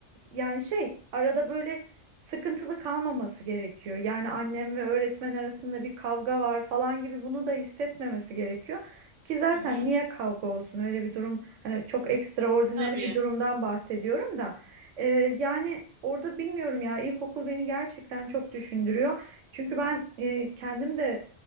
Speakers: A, on the right; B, on the right.
A: yani şey arada böyle sıkıntılı kalmaması gerekiyor. Yani annem ve öğretmen arasında bir kavga var falan gibi bunu da hissetmemesi gerekiyor. Ki zaten
B: Hı hı.
A: niye kavga olsun öyle bir durum hani çok ekstraordinary
B: Tabii.
A: bir durumdan bahsediyorum da Ee, yani orada bilmiyorum ya ilkokul beni gerçekten çok düşündürüyor. Çünkü ben e, kendim de